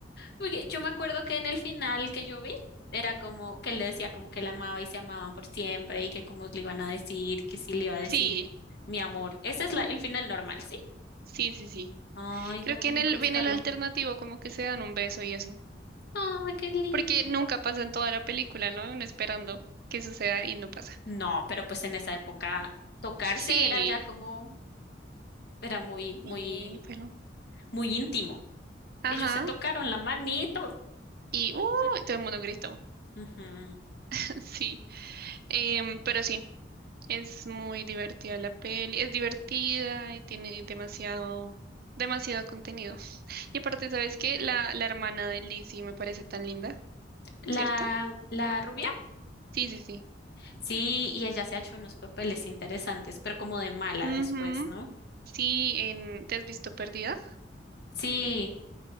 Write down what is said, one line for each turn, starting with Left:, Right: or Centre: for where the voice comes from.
Left: porque yo me acuerdo que en el final que yo vi era como que él le decía como que la amaba y se amaban por siempre y que cómo le iban a decir, que sí le iba a decir
Right: Sí,
Left: mi amor. Ese es la- el final normal, ¿sí?
Right: sí, sí, sí.
Left: Ay,
Right: Creo
Left: no,
Right: que
Left: tengo
Right: en el,
Left: que buscarlo.
Right: en el alternativo como que se dan un beso y eso,
Left: Ay, qué lindo.
Right: porque nunca pasa en toda la película, ¿no? Uno esperando que suceda y no pasa.
Left: No, pero pues en esa época tocarse
Right: Sí,
Left: era ya como, era muy,
Right: y,
Left: muy,
Right: pero,
Left: muy íntimo.
Right: ajá,
Left: Ellos se tocaron la manito.
Right: y, uy, todo el mundo gritó,
Left: Ujú.
Right: <laughs> sí, Em, pero sí, es muy divertida la peli, es divertida y tiene demasiado, demasiado contenido. Y aparte, ¿sabes qué? La, la hermana de Lizzie me parece tan linda,
Left: La,
Right: ¿cierto?
Left: la rubia,
Right: Sí, sí, sí.
Left: sí, y ella se ha hecho unos papeles interesantes, pero como de mala
Right: Ujú.
Left: después, ¿no?
Right: Sí, en, ¿te has visto Perdida?
Left: Sí,